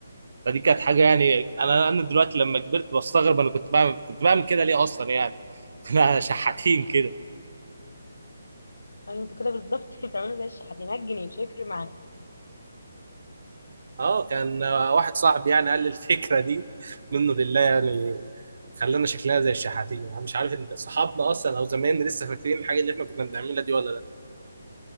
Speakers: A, on the right; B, on the left.
A: فدي كانت حاجه يعني انا انا دلوقتي لما كبرت بستغرب انا كنت بعمل كنت بعمل كده ليه اصلا يعني <laughs> كنا شحاتين كده
B: يعني أنت كده بالظبط <laughs> بتعملوا زي الشحاتين جنيه مش هيفرق معاك
A: اه كان واحد صاحبي يعني قال لي الفكره دي منه لله يعني خلانا شكلها زي الشحاتين انا مش عارف ان صحابنا اصلا او زمايلنا لسه فاكرين الحاجه اللي احنا كنا بنعملها دي ولا